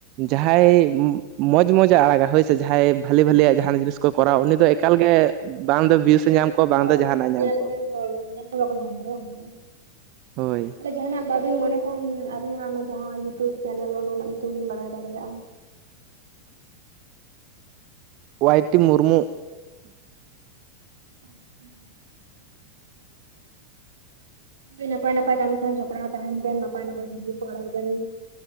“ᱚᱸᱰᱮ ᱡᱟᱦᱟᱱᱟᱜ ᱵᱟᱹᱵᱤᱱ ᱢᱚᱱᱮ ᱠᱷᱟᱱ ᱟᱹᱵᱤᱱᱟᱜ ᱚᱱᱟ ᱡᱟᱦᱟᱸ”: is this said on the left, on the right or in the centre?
Right